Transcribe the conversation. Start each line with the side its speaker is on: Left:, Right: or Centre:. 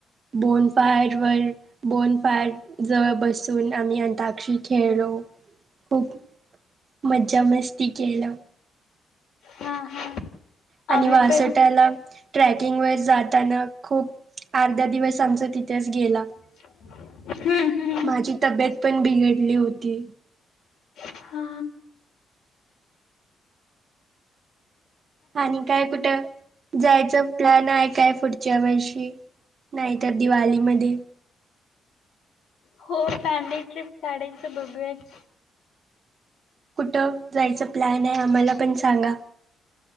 Right: बोन फायर वर बोन फायर जवळ बसून आम्ही अंताक्षरी खेळलो. खूप मज्जा-मस्ती केलं.
Left: हा हा
Right: आणि
Left: आम्ही
Right: वासोट्याला,
Left: पण
Right: ट्रॅकिंग वर जाताना खूप अर्धा दिवस आमचा तिथेच गेला.
Left: <unintelligible> हम्म
Right: माझी तब्येत पण बिघडली होती.
Left: हा
Right: आणि काय, कुठं जायचं प्लॅन आहे काय पुढच्या वर्षी? नाहीतर दिवाळीमध्ये.
Left: हो फॅमिली ट्रिप काढायचं बघूयाच.
Right: कुठं जायचं प्लॅन आहे आम्हाला पण सांगा